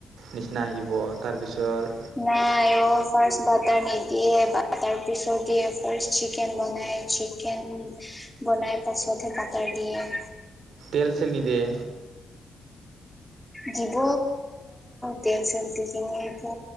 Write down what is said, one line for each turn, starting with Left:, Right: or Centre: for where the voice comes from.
Right: নিচিনা আহিব তাৰপিছৰ
Centre: নাই অ ফাৰ্ষ্ট বাটাৰ নিদিয়ে বা টাৰ পিছত দিয়ে। ফাৰ্ষ্ট চিকেন বনাই চিকেন বনাই পাছতহে বাটাৰ দিয়ে।
Right: তেল চেল নিদিয়ে?
Centre: দিব তেল চেল দি কেনে আকৌ